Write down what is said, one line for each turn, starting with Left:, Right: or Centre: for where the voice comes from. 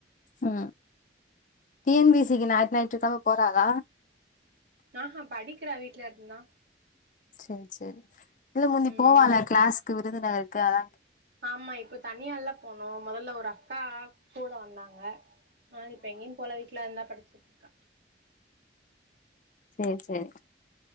Left: உ டிஎன்பிசிக்கு ஞாற் ஞாட்டு கெழம போறாலா
Right: ஆஹஹா படிக்கிறவீட்ல இருந்து தா
Left: சேரி சேரி இல்ல முந்தி
Right: ம்
Left: போவல கிளாஸ்க்கு விருதுனகருக்கு அத
Right: ஆமா இப்ப தனியா ல போனு முதல்ல ஒரு அக்கா கூட வந்தாங்க ஆ இப்ப எங்கயு போல வீட்டுல இருந்து படிச்சிட்டு இருக்கா
Left: சேரி சேரி